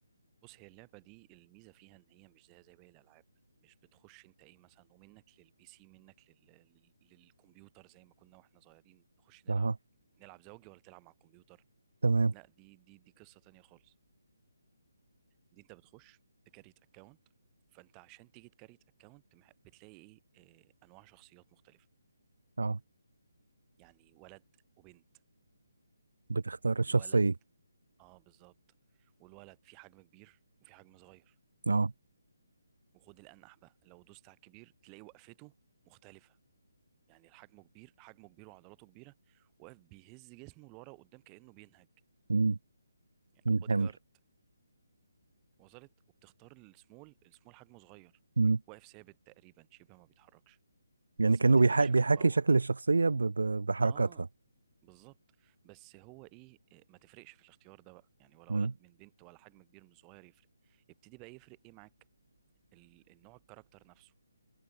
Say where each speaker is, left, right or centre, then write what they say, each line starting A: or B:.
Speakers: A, on the right; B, on the right.
A: بص هي اللعبة دي الميزة فيها ان هي مش زيها زي باقي الالعاب مش بتخش انت ايه مثلا ومنك للبي سي منك لل... لل- للكمبيوتر زي ما كنا واحنا صغيرين نخش نلعب
B: اه
A: نلعب زوجي ولا تلعب مع الكمبيوتر
B: تمام
A: لا دي دي دي قصة تانية خالص دي انت بتخش تكريت اكونت فانت عشان تيجي تكريت اكونت بتلاقي ايه آه، انواع شخصيات مختلفة
B: اه
A: يعني ولد وبنت
B: بتختار
A: والولد
B: الشخصيه
A: اه بالظبط والولد في حجم كبير وفي حجم صغير
B: اه
A: وخد الانح بقى لو دوست على الكبير تلاقي وقفته مختلفه يعني الحجم كبير حجمه كبير وعضلاته كبيره واقف بيهز جسمه لورا وقدام كانه بينهج
B: مم.
A: يعني
B: مم.
A: بودي
B: حمل
A: جارد وصلت وبتختار السمول السمول حجمه صغير
B: مم.
A: واقف ثابت تقريبا شبه ما بيتحركش
B: يعني
A: بس
B: كانه
A: ما تفرقش
B: بيحا... بيحاكي
A: في الباور
B: شكل الشخصيه ب... ب... بحركاتها
A: اه بالظبط بس هو ايه إيه، ما تفرقش في الاختيار ده بقى يعني ولا
B: مم.
A: ولد من بنت ولا حجم كبير من صغير يفرق ابتدي بقى يفرق ايه معاك ال- النوع الكاركتر نفسه